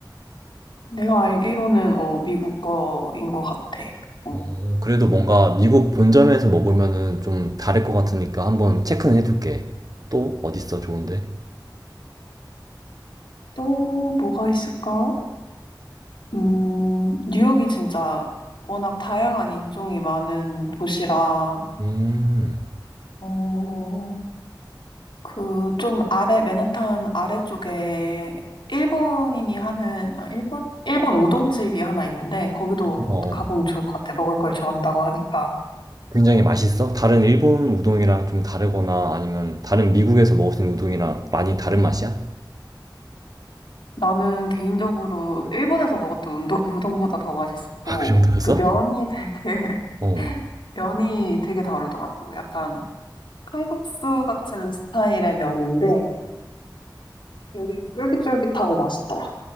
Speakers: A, on the left; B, on the right.
A: 내가 알기로는 어 미국 거인 것 같아. 어.
B: 음, 그래도 뭔가 미국 본점에서 먹으면은 좀 다를 것 같으니까 한번 체크는 해둘게. 또 어딨어 좋은데?
A: 또 뭐가 있을까? 음, 뉴욕이 진짜 워낙 다양한 인종이 많은 도시라,
B: 음,
A: 어, 그 좀 아래, 맨하탄 아래쪽에 일본인이 하는, 아, 일본? 일본 우동집이 하나 있는데, 거기도
B: 어,
A: 가보면
B: 어.
A: 좋을 것 같아. 먹을 걸 좋아한다고 하니까.
B: 굉장히 맛있어? 다른 일본 우동이랑 좀 다르거나 아니면 다른 미국에서 먹을 수 있는 우동이랑 많이 다른 맛이야?
A: 나는 개인적으로 일본에서 먹었던 운동, 우동보다 더 맛있었고,
B: 아, 그 정도였어?
A: 그 면이 되게,
B: 어. 어.
A: <laughs> 면이 되게 다르더라고. 약간 칼국수 같은 스타일의 면인데 되게 쫄깃쫄깃하고 맛있더라.